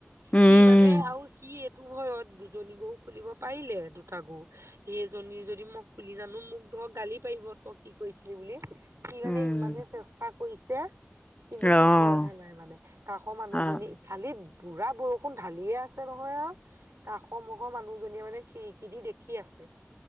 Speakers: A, on the left; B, on the right.
A: উম।
B: সি মানে আৰু সি ইটো ঘৰত দুজনী গৰু খুলিব পাৰিলে দুটা গৰু সেইজনী যদি মোক- খুলি জানো মোক ধৰ গালি পাৰিব তই কি কৰিছিলি বুলি। সি মানে
A: উম।
B: ইমানে চেষ্টা কৰিছে, কিন্তু
A: অ',
B: সি- পৰা নাই মানে। কাষৰ মানুহজনী
A: অ',
B: ইফালে বুঢ়া বৰষুণ ঢালিয়ে আছে নহয় আৰু। কাষৰ মুখৰ মানুহজনীয়ে মানে খিৰিকি দি দেখি আছে।